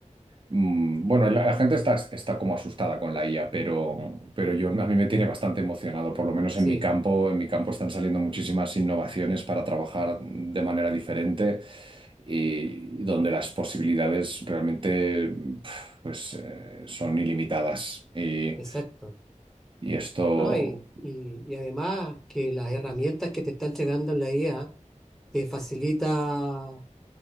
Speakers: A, on the right; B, in the centre.
A: Mm, Bueno, la, la gente está, está como asustada con la IA, pero, pero yo, a mí me tiene bastante emocionado, por lo menos
B: sí,
A: en mi campo. En mi campo están saliendo muchísimas innovaciones para trabajar de manera diferente y, y donde las posibilidades realmente pf, pues, eh, son ilimitadas. Y,
B: exacto.
A: y esto,
B: No, y, y- y además que las herramientas que te están llegando en la IA te facilita